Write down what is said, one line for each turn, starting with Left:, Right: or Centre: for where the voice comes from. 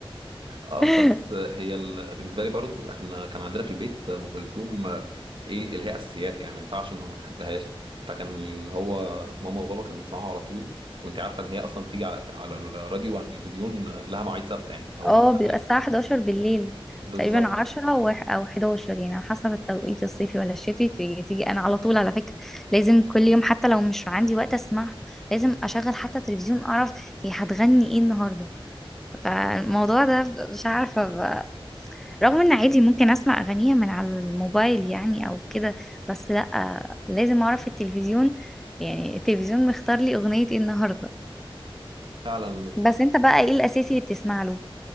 Right: اه
Centre: <laughs>
Right: بس هي ال... بالنسبة لي برضه احنا كان عندنا في البيت ام كلثوم آه، ايه اللي هي اساسيات يعني ما ينفعش انه ما تحبهاش فكان اللي هو ماما وبابا كانوا بيسمعوها على طول وانت عارفة ان هي اصلا بتيجي على على الراديو وعلى التلفزيون آه، لها مواعيد ثابتة يعني اللي هو
Centre: اه
Right: حفلات
Centre: بيبقى الساعة
Right: وكده
Centre: 11 بالليل
Right: بالظبط
Centre: تقريبا 10 وح- أو 11 يعني على حسب التوقيت الصيفي ولا الشتوي تيجي تيجي أنا على طول على فكرة لازم كل يوم حتى لو مش عندي وقت أسمعها لازم أشغل حتى تلفزيون أعرف هي هتغني إيه النهاردة فالموضوع ده ب- مش عارفة ب... رغم إن عادي ممكن أسمع أغانيها من على الموبايل يعني أو كده بس لأ لازم أعرف التلفزيون يعني التلفزيون مختار لي أغنية إيه النهاردة
Right: فعلا
Centre: بس أنت بقى إيه الأساسي اللي بتسمع له؟